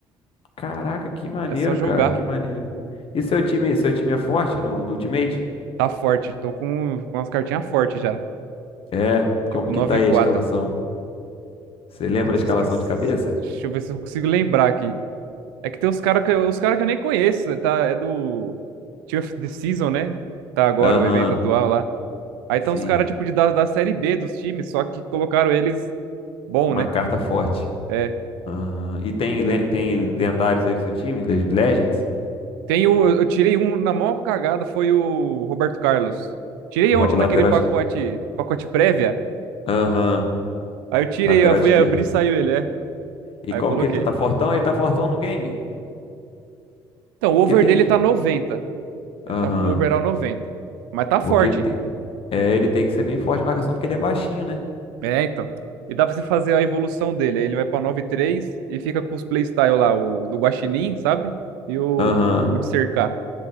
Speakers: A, on the left; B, on the right.
A: Caraca, que maneiro,
B: É só jogar.
A: cara, que maneiro. E seu time, seu time é forte no, no Ultimate?
B: Tá forte. Tô com, com umas cartinhas fortes já.
A: É,
B: Tipo,
A: como
B: nove
A: que tá aí
B: e quatro
A: a escalação? Você lembra
B: Putz,
A: a escalação
B: eu esqueci.
A: de cabeça?
B: Deixa eu ver se eu consigo lembrar aqui. É que tem uns caras que, uns cara que eu nem conheço, tá? É do Tier of the Season, né? Tá agora,
A: Aham,
B: o evento atual lá. Aí
A: sim,
B: tem uns caras, tipo, de, da, da Série B dos times, só que colocaram eles bom,
A: com uma
B: né?
A: carta forte.
B: É.
A: Aham. E tem, le- tem lendários aí no seu time? Le- Legends?
B: Tem o, eu eu tirei um na maior cagada, foi o Roberto Carlos. Tirei
A: Ro-
B: ontem
A: O
B: naquele
A: lateral,
B: pacote,
A: es-
B: pacote prévia.
A: Aham,
B: Aí eu tirei,
A: Lateral
B: eu fui
A: esquerda.
B: abrir e saiu ele, é.
A: E
B: Aí
A: como
B: eu coloquei.
A: que ele tá, tá fortão? Ele tá fortão no game?
B: Então, o
A: Porque
B: over
A: tem.
B: dele tá noventa
A: Aham.
B: Ele tá com o overall noventa Mas tá
A: Porque
B: forte.
A: ele tem. É, ele tem que ser bem forte de marcação, porque ele é baixinho, né?
B: É, então. E dá pra você fazer a evolução dele. Aí ele vai pra nove três e fica com os playstyle lá, o do Guaxinim, sabe? E o,
A: Aham.
B: o de cercar.